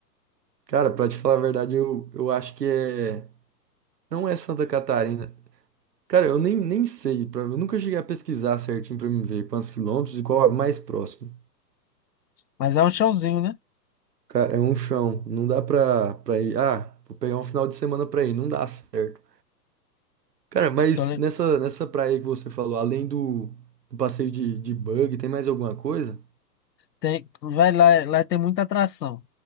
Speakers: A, on the right; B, on the left.
A: Cara, pra te falar a verdade, eu, eu acho que é. Não é Santa Catarina. Cara, eu nem, nem sei, pra, eu nunca cheguei a pesquisar certinho pra me ver quantos quilômetros e qual é o mais próximo.
B: Mas é um chãozinho, né?
A: Cara, é um chão, não dá pra, pra ir. Ah, vou pegar um final de semana pra ir, não dá certo. Cara, mas
B: Tô,
A: nessa, nessa praia aí que você falou, além do, do passeio de, de bug, tem mais alguma coisa?
B: Tem, vai lá, lá tem muita atração.